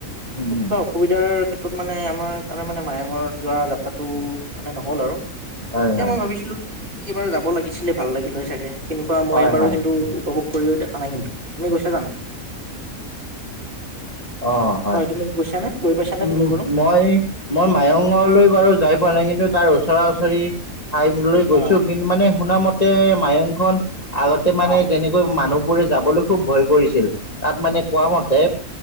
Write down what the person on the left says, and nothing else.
উম
হয় হয়
হয়
হয়
অ' হয়।
উম
মই-মই মায়ঙলৈ বাৰু যাই পোৱা নাই কিন্তু তাৰ ওচৰত ওচৰা-ওচৰি ঠাই লৈ
গৈছো কিন্তু মানে শুনা মতে মায়ংখন আগতে মানে
যেনেকৈ মানুহবোৰে যাবলৈ খুব ভয় কৰিছিল তাত মানে কোৱা মতে